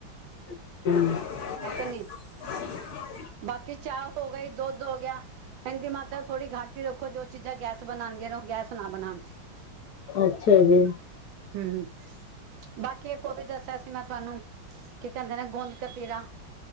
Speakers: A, on the left (about 65°); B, on the right (about 75°).
A: ਹਮ
B: ਨਹੀਂ ਬਾਕੀ ਚਾਹ ਹੋ ਗਈ, ਦੁੱਧ ਹੋ ਗਿਆ। ਇਹਨ ਕੀ ਮਾਤਾਰਾ ਥੋੜ੍ਹੀ ਗੱਟ ਈ ਰੱਖੋ। ਜੋ ਚੀਜ਼ਾਂ ਗੈਸ ਬਣਾਦੀਆ ਨੇ ਉਹ ਗੈਸ ਨਾ ਬਣਾਣ।
A: ਅੱਛਾ ਜੀ।
B: ਹਮ ਬਾਕੀ ਇੱਕ ਉਹ ਵੀ ਦੱਸਿਆ ਸੀ ਮੈਂ ਤੁਹਾਨੂੰ ਕੀ ਕਹਿੰਦੇ ਨੇ ਗੁੰਦਕਤੀਰਾ।